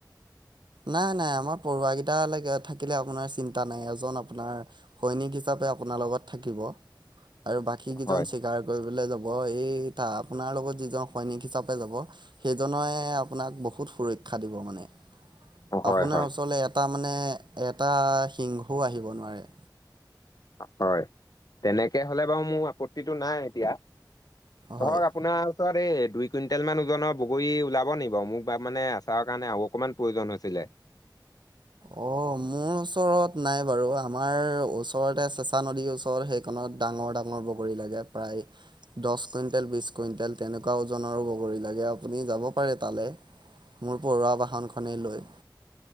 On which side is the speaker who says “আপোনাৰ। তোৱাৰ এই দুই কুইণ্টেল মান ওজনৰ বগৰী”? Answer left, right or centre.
Left